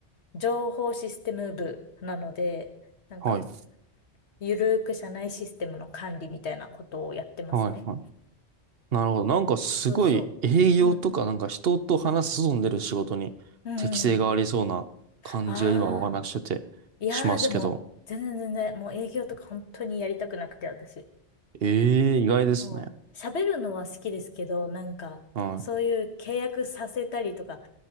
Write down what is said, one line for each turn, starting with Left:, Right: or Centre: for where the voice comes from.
Left: 情報システム部なので、なんか、
Right: はい。
Left: ゆるーく社内システムの管理みたいなことをやってますね。
Right: はい、はい。なるほど。なんかすごい営業とかなんか人と話す進んでる仕事に適性がありそうな感じが今お話しててしますけど。
Left: そうそうそう。うん。うんうんうん。ああ、いやーでも、全然全然、もう営業とか本当にやりたくなくて、私。
Right: ええ、意外ですね。
Left: もう、喋るのは好きですけど、なんか、
Right: はい。
Left: そういう契約させたりとか、